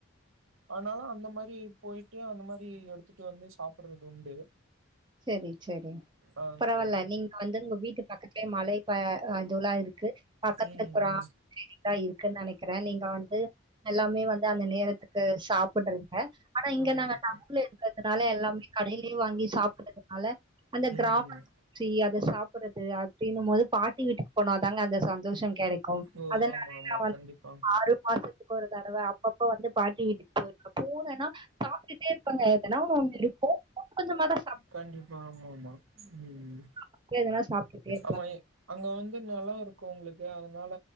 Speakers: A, on the right; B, on the right.
A: ஆனாலு அந்த மாரி போயிட்டு அந்த மாரி எடுத்துட்டு வந்து சாப்பறது உண்டு
B: செரி செரி
A: ஆ
B: பரவால்ல
A: தோழி
B: நீங்க வந்து உங்க வீட்டு பக்கத்துலயே மலை ப அதுல்லா இருக்கு பக்கத்துல
A: ம்
B: ஒரு
A: ம்
B: ஆ இருக்குன் நெனைக் ற நீங்க வந்து எல்லாமே வந் து அந்த நேரத்துக்கு சாப்புட்றீங்க ஆனா இங்க
A: ஆமாங்க
B: நாங்க டவுன்ல
A: தோழி
B: இருக்கர்துனால எல்லாமே கடையிலேயே வாங்கி சாப் றனால அந்த கிராம
A: ம்
B: சி எ அத சாப்புறது அப்டினு போது பாட்டி வீட்டுக்கு போனாதாங்க அந்த சந்தோஷங் கெடைக்கு
A: ஓ
B: அதனாலே
A: ஆமா ஆமா
B: நா வந்
A: கண்டிப்பா
B: ஆறு மாசத்துக்கு ஒரு தடவ அப்பப்ப வந்து பாட்டி வீட்டுக்கு போயிருக்கோ போனனா சாப்ட்டுட்டே இருப்பாங்க எதனா ஒண்ணு இருக்கு கொஞ்சமா தா
A: கண்டிப்பா ஆமா ஆமா ம்
B: கொஞ்சமா எதனா சாப்ட்டுட்டே இருப்பேன்.
A: ஆமா எ அங்க வந்து நெலவ் இருக் கு உங்களுக்கு அதனால